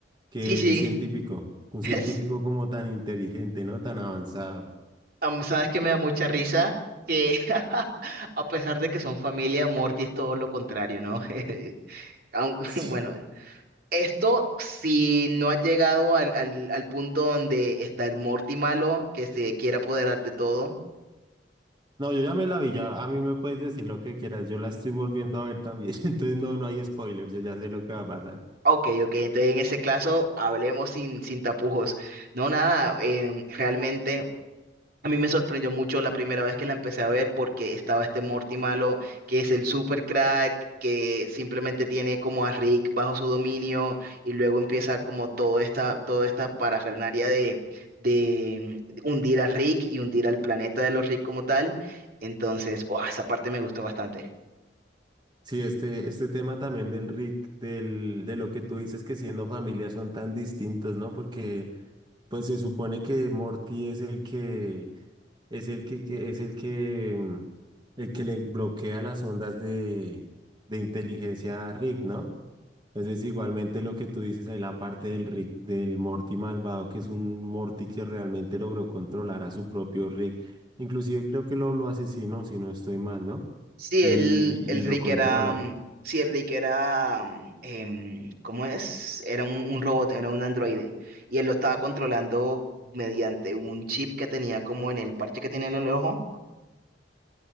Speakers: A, on the right; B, on the right.
A: que
B: Sí, sí,
A: es científico,
B: <laughs>
A: un
B: es-
A: científico como tan inteligente, ¿no? Tan avanzado.
B: am- sabes que me da mucha risa que <laughs> a pesar de que son familia, Morty es todo lo contrario, ¿no? <laughs> Aun- <laughs>
A: <laughs>
B: bueno, esto si no ha llegado al, al al punto donde está el Morty malo que se quiere apoderar de todo.
A: No, yo ya me la vi, ya a mí me puedes decir lo que quieras, yo la estoy volviendo a ver también, <laughs> entonces no, no hay spoilers, yo ya sé lo que va a pasar.
B: Ok, ok, entonces en ese caso hablemos sin, sin tapujos. No, nada, em, realmente a mí me sorprendió mucho la primera vez que la empecé a ver porque estaba este Morty malo, que es el super crack, que simplemente tiene como a Rick bajo su dominio y luego empieza como toda esta, toda esta parafernalia de, de hundir a Rick y hundir al planeta de los Rick como tal. Entonces, ¡guau! esa parte me gustó bastante.
A: Sí, este, este tema también del Rick, del, de lo que tú dices que siendo familia son tan distintos, ¿no? Porque pues se supone que Morty es el que, es el que, que- es el que, mm, el que le bloquea las ondas de, de inteligencia a Rick, ¿no? Entonces, igualmente lo que tú dices ahí, la parte del Rick, del Morty malvado, que es un Morty que realmente logró controlar a su propio Rick. Inclusive creo que lo, lo asesinó, si no estoy mal, ¿no?
B: Sí,
A: Y,
B: el, el
A: y
B: Rick
A: lo controla.
B: era, mm, sí, el Rick era, mm, em, ¿cómo es? Era un, un robot, era un androide, y él lo estaba controlando mediante un chip que tenía como en el parche que tiene en el ojo.